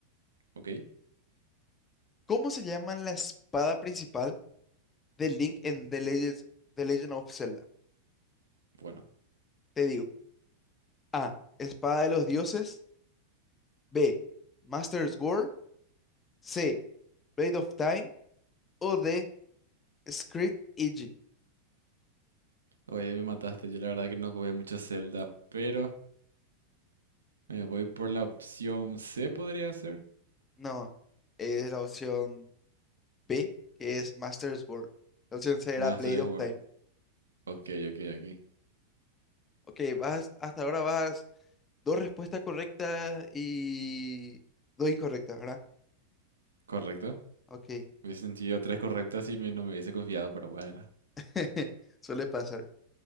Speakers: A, on the right (about 70°); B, on the left (about 20°).
A: Ok,
B: ¿Cómo se llama la espada principal de Link en The Legends- The Legend of Zelda?
A: bueno.
B: Te digo, A, Espada de los Dioses, B, Master Sword, C, Blade of Time o D, Script Eiji.
A: Oye, ahí me mataste. Yo la verdad que no jugué mucho Zelda, pero me voy por la opción C, podría ser.
B: No, es la opción B, que es Master Sword. La opción C era
A: Más
B: Blade
A: tres
B: of
A: jugar.
B: Time.
A: Ok, ok, ok.
B: Ok, vas, hasta ahora vas Dos respuestas correctas y dos incorrectas, ¿verdad?
A: Correcto.
B: Ok,
A: Hubiese sido tres correctas y me- no me hubiese confiado, pero bueno.
B: <laughs> suele pasar.